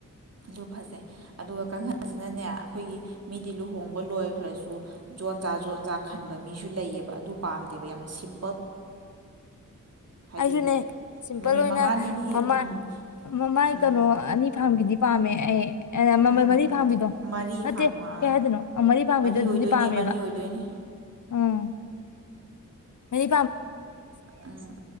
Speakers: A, on the right; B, on the left.
A: ꯑꯗꯨ ꯐꯖꯩ ꯑꯗꯨꯒ ꯀꯥꯡꯈꯟꯁꯤꯅꯅꯦ ꯑꯩꯈꯣꯏꯒꯤ ꯃꯤꯗꯤ ꯂꯨꯍꯣꯡꯕ ꯂꯣꯏꯈ꯭ꯔꯁꯨ ꯖꯣꯟꯖꯥ ꯖꯣꯟꯖꯥ ꯈꯟꯕ ꯃꯤꯁꯨ ꯂꯩꯌꯦꯕ ꯑꯗꯨ ꯄꯥꯝꯗꯦꯕ ꯌꯥꯝ ꯁꯤꯝ ꯍꯥꯏꯗꯤ
B: ꯑꯩꯁꯨꯅꯦ ꯁꯤꯝꯄꯜ
A: ꯅꯨꯃꯤꯠ
B: ꯑꯣꯏꯅ
A: ꯃꯉꯥꯅꯤꯒꯤ
B: ꯃꯃꯥꯏ
A: ꯎꯝ
B: ꯃꯃꯥꯏ
A: ꯎꯝ
B: ꯀꯩꯅꯣ ꯑꯅꯤ ꯐꯥꯝꯒꯤꯗꯤ ꯄꯥꯝꯃꯦ ꯑꯦ ꯃꯃꯜ
A: ꯎꯝ
B: ꯃꯔꯤ
A: ꯎꯝ
B: ꯄꯥꯝꯕꯤꯗꯣ
A: ꯃꯔꯤ
B: ꯅꯠꯇꯦ
A: ꯐꯥꯡꯕ ꯑꯥ
B: ꯀꯩ ꯍꯥꯏꯗꯣꯏꯅꯣ ꯃꯔꯤ ꯄꯥꯝꯕꯤꯗꯣ
A: ꯑꯣꯏꯗꯣꯏꯅꯦ
B: ꯑꯗꯨꯗꯤ ꯄꯥꯝꯃꯦꯕ
A: ꯃꯔꯤ ꯑꯣꯏꯗꯣꯏꯅꯦ
B: ꯎꯝ ꯃꯥꯔꯤ
A: ꯎꯝ